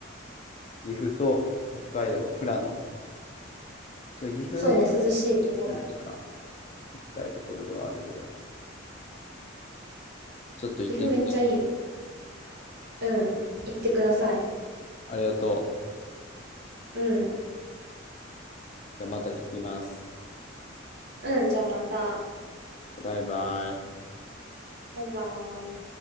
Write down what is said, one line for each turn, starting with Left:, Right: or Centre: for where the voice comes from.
Left: 岐阜と北海道、富良野。そう岐阜ね、
Right: そうね、涼しいとこだ。
Left: 行ってないから行きたいところではあるけど、ちょっと行ってみたいと。
Right: 岐阜めっちゃいいよ。うん。行ってください。
Left: ありがとう。
Right: うん。
Left: じゃあまた聞きます。
Right: うん、じゃあまた。
Left: バイバイ。
Right: バイバーイ。